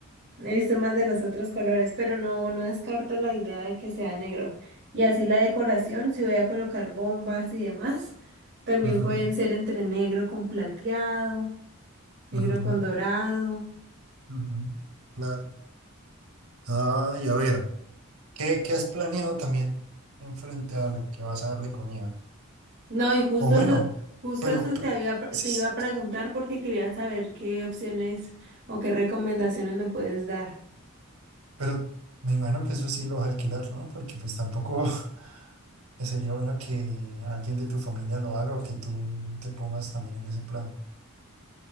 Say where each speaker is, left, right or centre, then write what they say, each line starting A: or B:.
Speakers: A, on the right; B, on the right.
A: He visto más de los otros colores, pero no, no descarto la idea de que sea negro. Y así la decoración, si voy a colocar bombas y demás, también
B: Ujú,
A: pueden ser entre negro con plateado, negro
B: ujú,
A: con dorado.
B: ujú. Claro. Ah, y a ver. ¿Qué, qué has planeado también en frente a lo que vas a dar de comida?
A: No, y justo
B: O bueno,
A: eso, justo
B: pero,
A: eso
B: pero,
A: te había, pre-
B: s-
A: te iba a preguntar porque quería saber qué opciones o qué recomendaciones me puedes dar.
B: pero me imagino que eso sí lo vas a alquilar, ¿no? Porque pues tampoco <laughs> sería bueno que alguien de tu familia lo haga o que tú te pongas también en ese plan.